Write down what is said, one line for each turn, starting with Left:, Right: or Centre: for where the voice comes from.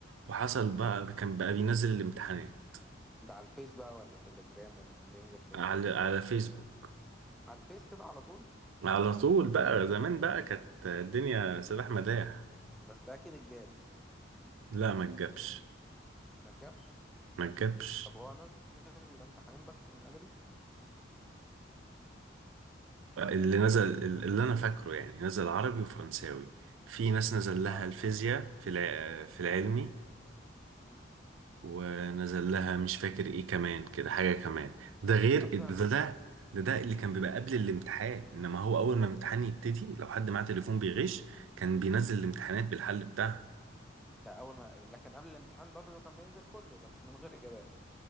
Right: وحصل بقى كان بقى بينزل الامتحانات
Centre: ده على الفيس بقى ولا تليجرام ولا كان بينزل فين
Right: على على فيسبوك
Centre: على الفيس كده على طول
Right: على طول بقى زمان بقى كانت الدنيا سلاح مداح
Centre: بس ده اكيد اتجاب
Right: لا ما تجابش
Centre: ما اتجابش
Right: ما تجابش
Centre: طب هو نزل الامتحانين بس من ادبي
Right: اللي نزل اللي انا فاكره يعني نزل عربي وفرنساوي في ناس نزل
Centre: الع...
Right: لها الفيزياء في الع- في العلمي
Centre: مم.
Right: ونزل لها مش فاكر ايه كمان كده حاجة كمان ده غير
Centre: اصلا
Right: ده ده ده ده اللي كان بيبقى قبل الامتحان انما هو اول ما امتحان يبتدي لو حد معاه تليفون بيغش كان بينزل الامتحانات بالحل بتاعها
Centre: ده اول ما لكن قبل الامتحان برضه كان بينزل كله بس من غير اجابات